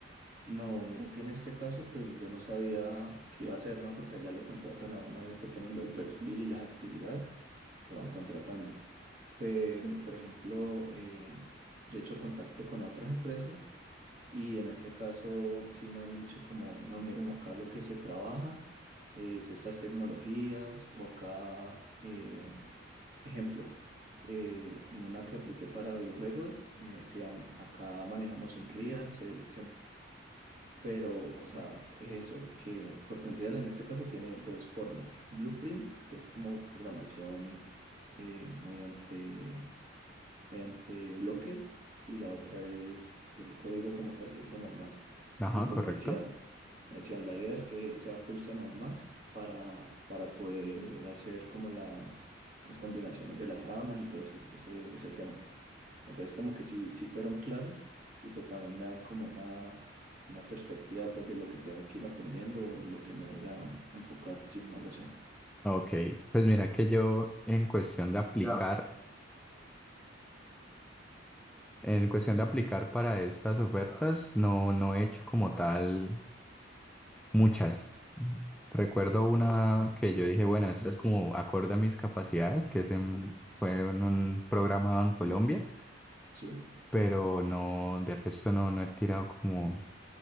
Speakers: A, on the right; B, in the centre.
A: No, mira que en este caso pues yo no sabía qué iba a hacer, ¿no? Porque allá lo contratan a uno es dependiendo del perfil y las actividades, lo van contratando. pero por ejemplo, eh, yo he hecho contacto con otras empresas y en ese caso sí me han dicho como, no, mira, acá lo que se trabaja es estas tecnologías o acá, eh, ejemplo, eh, en una que apliqué para videojuegos, me decían, acá manejamos un Real, C++, pero, o sea, es eso, que, porque Unreal en este caso tiene dos formas, blueprints, que es como programación eh, mediante mediante bloques y la otra es eh, código como tal que es C++.
B: Ajá,
A: Y pues
B: correcto.
A: me decían, me decían, la idea es que sea full C++ para, para poder hacer como las, las combinaciones de las ramas y todo ese, ese, ese tema. Entonces como que sí, sí fueron claras y pues también me dan como una, una perspectiva pues de lo que tengo que ir aprendiendo, en lo que me voy a enfocar, si no lo sé.
B: Ok, pues mira que yo en cuestión de aplicar, en cuestión de aplicar para estas ofertas, no, no he hecho como tal Muchas. Recuerdo una que yo dije, bueno, esto es como acorde a mis capacidades, que es en- fue en un programa de Colombia
A: Sí.
B: pero no, de resto no, no he tirado como